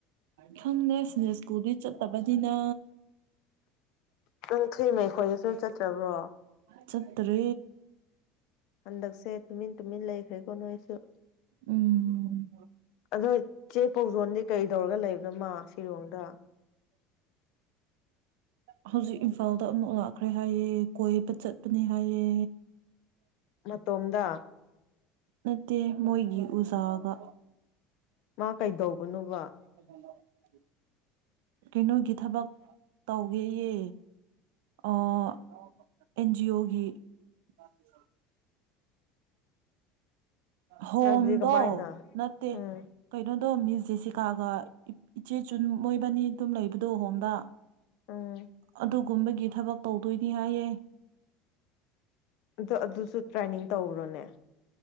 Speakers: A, on the right; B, on the left.
A: ꯈꯪꯗꯦ <unintelligible> ꯁ꯭ꯀꯨꯜꯗꯤ ꯆꯠꯇꯕꯅꯤꯅ
B: ꯅꯪ ꯊꯨꯏ ꯃꯩꯈꯣꯏꯗꯁꯨ ꯆꯠꯇ꯭ꯔꯕ꯭ꯔꯣ
A: ꯆꯠꯇ꯭ꯔꯦ
B: ꯍꯟꯗꯛꯁꯦ ꯇꯨꯃꯤꯟ ꯇꯨꯃꯤꯟ ꯂꯩꯈ꯭ꯔꯦꯀꯣ ꯅꯣꯏꯁꯨ
A: ꯎꯝ
B: ꯑꯗꯣ ꯆꯦ ꯄꯧꯖꯣꯟꯗꯤ ꯀꯩ ꯇꯧꯔꯒ ꯂꯩꯕꯅꯣ ꯃꯥ ꯁꯤꯂꯣꯡꯗ <inaudible>
A: ꯍꯧꯖꯤꯛ ꯏꯝꯐꯥꯜꯗ ꯑꯃꯨꯛ ꯂꯥꯛꯈ꯭ꯔꯦ ꯍꯥꯏꯌꯦ ꯀꯣꯏꯕ ꯆꯠꯄꯅꯦ ꯍꯥꯏꯌꯦ
B: ꯃꯇꯣꯝꯗ
A: ꯅꯠꯇꯦ ꯃꯣꯏꯒꯤ ꯎꯖꯥꯒ
B: ꯃꯥ ꯀꯩꯗꯧꯕꯅꯣꯕ
A: <unintelligible> ꯀꯩꯅꯣꯒꯤ ꯊꯕꯛ ꯇꯧꯋꯦꯌꯦ ꯑꯩ ꯑꯦꯟ ꯖꯤ ꯑꯣꯒꯤ <unintelligible> ꯍꯣꯝꯗꯣ
B: ꯍꯥꯏꯕꯗꯤ ꯀꯃꯥꯏꯅ
A: ꯅꯠꯇꯦ
B: ꯎꯝ
A: ꯀꯩꯅꯣꯗꯣ ꯃꯤꯁ ꯖꯦꯁꯤꯀꯥꯒ ꯏꯆꯦ ꯆꯨꯟ ꯃꯣꯏꯕꯅꯤ ꯑꯗꯨꯝ ꯂꯩꯕꯗꯣ ꯍꯣꯝꯗ
B: ꯎꯝ
A: ꯑꯗꯨꯒꯨꯝꯕꯒꯤ ꯊꯕꯛ ꯇꯧꯗꯣꯏꯅꯤ ꯍꯥꯏꯌꯦ
B: ꯑꯗꯨ ꯑꯗꯨꯁꯨ ꯇ꯭ꯔꯦꯟꯅꯤꯡ ꯇꯧꯕ꯭ꯔꯅꯦ